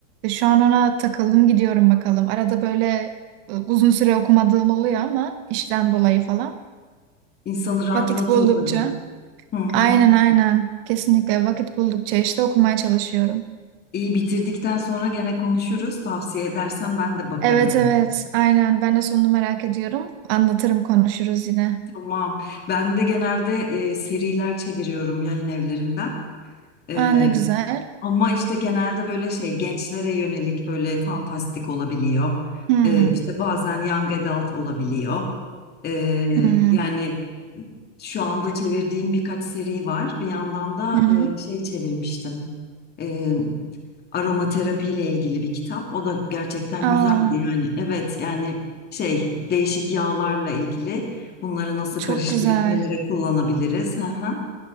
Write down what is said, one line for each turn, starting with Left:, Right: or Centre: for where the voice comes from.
Right: Ve şu an ona takıldım gidiyorum bakalım. Arada böyle e, uzun süre okumadığım oluyor ama işten dolayı falan.
Left: İnsanı rahatlatıyor
Right: Vakit buldukça.
Left: tabii. Hı hı.
Right: Aynen aynen. Kesinlikle vakit buldukça işte okumaya çalışıyorum.
Left: İyi bitirdikten sonra gene konuşuruz. Tavsiye edersen ben de bakarım.
Right: Evet evet aynen ben de sonunu merak ediyorum. Anlatırım konuşuruz yine.
Left: Tamam. Ben de genelde e, seriler çeviriyorum yayın evlerinden. E,
Right: Aa ne güzel.
Left: ama işte genelde böyle şey gençlere yönelik böyle fantastik olabiliyor.
Right: Hmm.
Left: E, işte bazen young adult olabiliyor. E,
Right: Hmm.
Left: yani şu anda çevirdiğim birkaç seri var. Bir yandan da
Right: Hı hı.
Left: e, şey çevirmiştim. e, aromaterapi ile ilgili bir kitap. O da gerçekten
Right: Aa
Left: güzeldi yani. Evet yani şey değişik yağlarla ilgili bunları nasıl
Right: çok
Left: karıştırıp
Right: güzel.
Left: nelere kullanabiliriz. Hı hı.